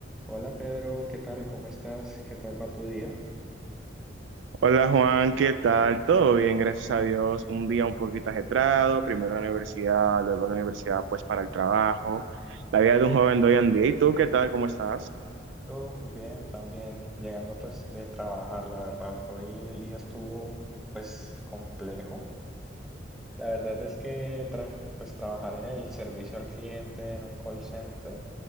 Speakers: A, in the centre; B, on the right.
A: Hola Pedro, ¿qué tal? ¿Cómo estás? ¿Qué tal va tu día?
B: Hola Juan, ¿qué tal? Todo bien, gracias a Dios. Un día un poquito ajetreado, primero la universidad, luego la universidad pues para el trabajo. La vida de un joven de hoy en día. ¿Y tú qué tal? ¿Cómo estás?
A: Uf, bien, también llegando pues de trabajar, la verdad. Hoy el día estuvo pues complejo. La verdad es que tra- pues trabajar en el servicio al cliente en un call center